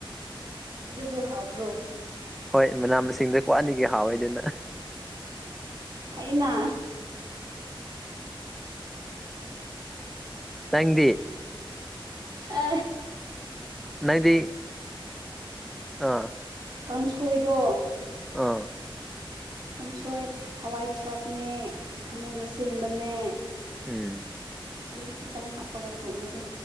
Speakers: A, on the right (about 55°); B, in the centre.
A: ꯑꯗꯨꯕꯨ ꯍꯥꯎꯕ꯭ꯔꯣ
B: ꯍꯣꯏ ꯃꯅꯥ ꯃꯁꯤꯡꯗ ꯈꯋꯥꯏꯗꯒꯤ ꯍꯥꯎꯋꯦ ꯑꯗꯨꯅ
A: ꯐꯩꯅ
B: ꯅꯪꯗꯤ
A: ꯑ
B: ꯅꯪꯗꯤ ꯑꯥ
A: ꯀꯥꯡꯁꯣꯏꯗꯣ
B: ꯑꯥ
A: ꯀꯥꯡꯁꯣꯏ ꯍꯋꯥꯏ ꯊꯔꯥꯛꯅꯦ ꯈꯥꯃꯦꯟ ꯑꯁꯤꯟꯕꯅꯦ
B: ꯎꯝ
A: ꯑꯂꯨ ꯈꯤꯇꯪ ꯍꯥꯞꯄꯒ ꯊꯣꯡꯕꯗꯣ